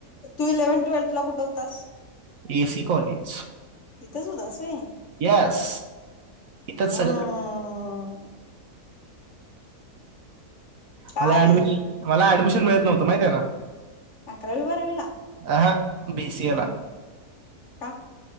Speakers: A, on the left; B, on the right.
A: तू इलेव्हन ट्वेल्थ ला कुठवतास
B: एसी कॉलेज
A: इथेच होत अस आहे
B: येस इथंच
A: हम्म
B: सगळं का
A: का
B: मला
A: रे
B: ऍडमिशन मला डमशन मिळत नव्हं माहि आहे ना
A: अकरावी बारावीला
B: अहा बीसीए
A: हम
B: ला
A: का